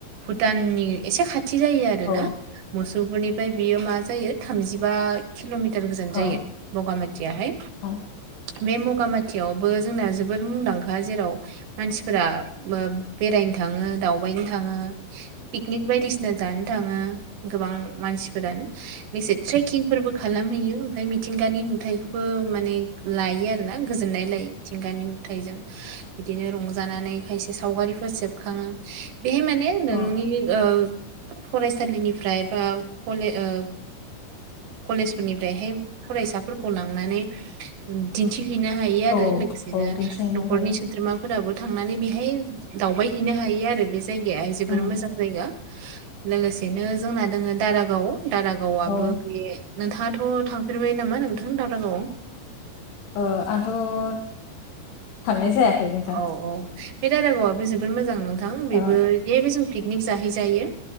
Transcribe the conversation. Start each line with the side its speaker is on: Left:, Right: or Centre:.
Right: भुटाननि एसे खाथि जायो आरोना
Left: औ
Right: मसु लपुरनिफ्राय बियो मा जायो थामजिबा किल'मिटार। गोजानजायो
Left: औ
Right: बगामातियाहाय
Left: औ
Right: बे बगामातियाहाय। खाुथियावबो जोंना जोबोर मुंदांखा जेराव मानसिफोरा। बेरायनो थाङो दावबायनो थाङो पिकनिक बायदिसिना। जानो थाङो गोबां मानसिफोरानो बे लोगोसे ट्रेकिंफोरबो खालामहैयो। ओमफ्राय मिथिंगानि नुथायाइखौबो माने लायो आरो ना गोजोननाय लायो मिथिंगानि। नुथाइजों बिदिनो रंजानानै खायसे सावगारिफोर सेबखाङो। बेहाय माने नोंनि
Left: औ
Right: ओ फरायसालिनिफ्राय बा कले ओ। कलेज फोरनिफ्रायहाय फरायसाफोरखौ लांनानै दिन्थिहैनो हायो। आरो
Left: औ
Right: लोगोसेनो
Left: औ दिन्थिनो
Right: न'खरनि
Left: हायो
Right: सोद्रोमा। फोराबो थांनानै बेहाय दावबायहैनो हायो आरो बे जायगायाहाय जोबोर
Left: उम
Right: मोजां जायगा। लोगोसेनो जोंना दोङो दारागाव दारागावबो
Left: औ
Right: बे। नोंथाङाथ' थांफेरबाय नामा नोंथां दावरागावआव।
Left: आं आंथ'। थांनाय जायाखै नोंथां
Right: औ औ बे दारागावाबो जोबोद मोजां नोंथां
Left: औ
Right: बेबो बे जों। पिकनिक जाहैजायो